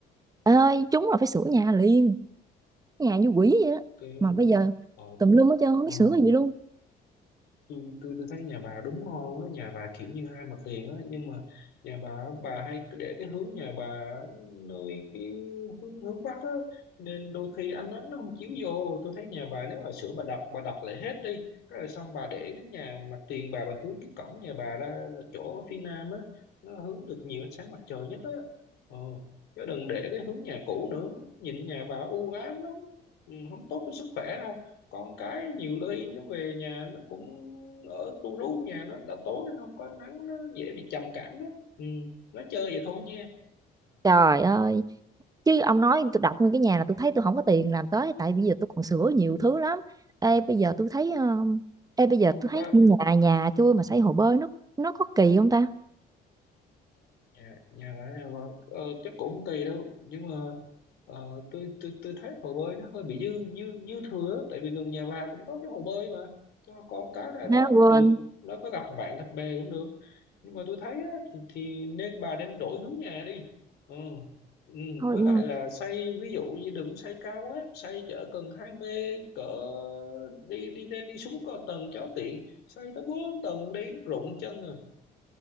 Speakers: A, on the right (about 20°); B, on the left (about 75°).
A: Ê ơi, trúng là phải sửa nhà liền, nhà như quỷ vậy đó.
B: cái
A: Mà bây giờ
B: ờ
A: tùm lum hết trơn không
B: ồ,
A: biết sửa cái gì luôn.
B: tôi tôi tôi thấy nhà bà đúng ngon á nhà bà kiểu như hai mặt tiền á nhưng mà nhà bà bà hay cứ để cái hướng nhà bà nơi cái hướng hướng bắc á nên đôi khi ánh nắng nó không chiếu vô tôi thấy nhà bà nếu mà sửa bà đập bà đập lại hết đi cái là xong bà để cái nhà mặt tiền bà bà hướng cái cổng nhà bà ra chỗ phía nam á nó hướng được nhiều ánh sáng mặt trời nhất á ờ chứ đừng để cái hướng nhà cũ nữa nhìn nhà bà u ám lắm Ừ, không tốt với sức khỏe đâu còn cái nhiều lưới nó về nhà nó cũng ở tu rú nhà nó đã tối nó không có nắng nó dễ bị trầm cảm đó, ừ. nó chơi vậy thôi nha
A: Trời ơi, chứ ông nói tôi đọc nguyên cái nhà là tôi thấy tôi không có tiền làm tới tại bây giờ tôi còn sửa nhiều thứ lắm. Ê bây giờ tôi thấy um, ê bây giờ
B: ông
A: tôi thấy
B: ba
A: nhà nhà tôi mà xây hồ bơi nó nó có kỳ không ta?
B: nhà nhà ở vâng. ờ, chắc cũng không kỳ đâu nhưng mà ờ, tôi tôi tôi thấy hồ bơi nó hơi bị dư dư dư thừa á. tại vì gần nhà bà cũng có cái hồ bơi mà cho con cá ra đó
A: Ha quên.
B: cũng được nó có gặp bạn gặp bè cũng được nhưng mà tôi thấy á, thì thì nên bà nên đổi hướng nhà đi ừ. ừ.
A: Thôi
B: với
A: ừ.
B: lại là xây ví dụ như đừng xây cao quá xây chở cần 20 cỡ đi đi lên đi xuống có tầng cho tiện xây tới 4 tầng đi rụng chân à